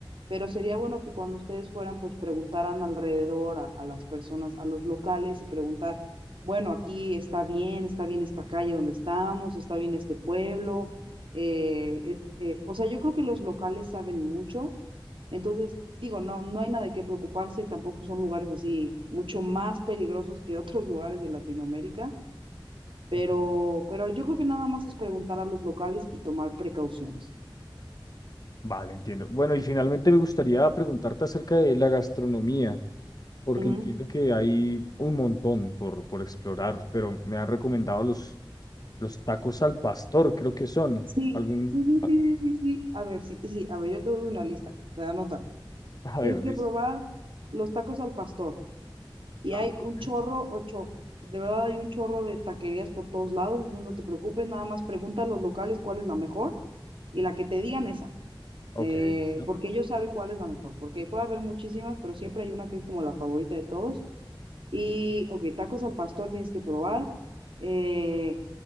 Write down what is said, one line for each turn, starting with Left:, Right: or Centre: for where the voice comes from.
Right: pero sería bueno que cuando ustedes fueran, pues preguntaran alrededor a a las personas, a los locales y preguntar bueno, aquí está bien, está bien esta calle donde estamos, está bien este pueblo. eh, eh, eh, o sea, yo creo que los locales saben mucho. Entonces, digo, no, no hay nada de qué preocuparse, tampoco son lugares así mucho más peligrosos que otros lugares de Latinoamérica, pero,
Left: Ok.
Right: pero yo creo que nada más es preguntar a los locales y tomar precauciones.
Left: Vale, entiendo. Bueno, y finalmente me gustaría preguntarte acerca de la gastronomía, porque
Right: Ujú.
Left: entiendo que hay un montón por, por explorar, pero me han recomendado los, los tacos al pastor, creo que son.
Right: Sí,
Left: Algún...
Right: sí, sí,
Left: A
Right: sí, sí, sí, sí. A ver, sí, sí, a ver, yo te doy una lista, te anótala.
Left: a ver,
Right: Tienes que
Left: listo.
Right: probar los tacos al pastor. Y
Left: Ah,
Right: hay un
Left: ok.
Right: chorro, ocho, de verdad hay un chorro de taquerías por todos lados, entonces no te preocupes, nada más pregunta a los locales cuál es la mejor y la que te digan esa,
Left: Ok,
Right: eh,
Left: listo.
Right: porque ellos saben cuál es la mejor, porque puede haber muchísimas, pero siempre hay una que es como la favorita de todos. Y, ok, tacos al pastor tienes que probar, eh,